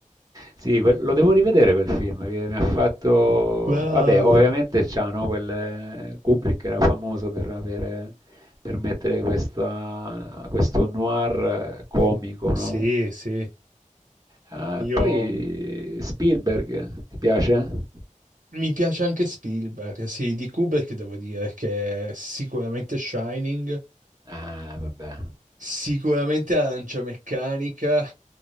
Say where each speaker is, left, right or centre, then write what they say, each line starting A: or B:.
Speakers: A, on the right (about 25°); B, on the right (about 80°).
A: Sì, quel- lo devo rivedere quel film che mi ha fatto...
B: Bravo.
A: Vabbè, ovviamente c'ha, no? Quel... eh, Kubrick era famoso per avere... per mettere questa... questo noir eh, comico, no?
B: Sì, sì.
A: Ah, poi
B: Io
A: Spielberg, ti piace?
B: mi piace anche Spielberg, sì, di Kubrick devo dire che sicuramente Shining
A: Ah, vabbè.
B: Sicuramente arancia meccanica,